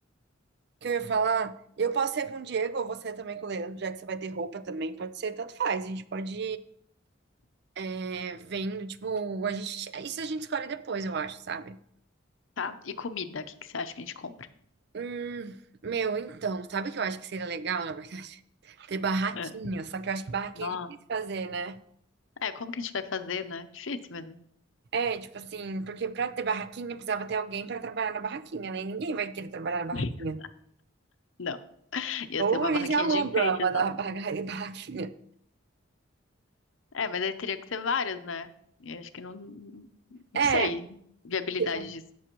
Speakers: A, on the right; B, on the left.
A: que eu ia falar, eu posso ser com o Diego ou você também com o Leandro, já que você vai ter roupa também, pode ser, tanto faz. A gente pode é, vendo, tipo, a gente... isso a gente escolhe depois, eu acho, sabe?
B: Tá? E comida, o que que você acha que a gente compra?
A: Hum, meu, então, sabe o que eu acho que seria legal, na verdade? <laughs> Ter barraquinha,
B: É.
A: só que eu acho que barraquinha
B: Nó.
A: é difícil fazer, né?
B: É, como que a gente vai fazer, né? Difícil mesmo.
A: É, tipo assim, porque pra ter barraquinha precisava ter alguém pra trabalhar na barraquinha, né? E ninguém vai querer trabalhar na
B: <laughs>
A: barraquinha.
B: Não. Ia
A: Ou
B: ser uma
A: a
B: barraquinha
A: gente aluga
B: de enfeite
A: uma
B: só.
A: da barra- barraquinha.
B: É, mas aí teria que ser várias, né? E acho que não, não
A: É,
B: sei. Viabilidade
A: fica-
B: disso.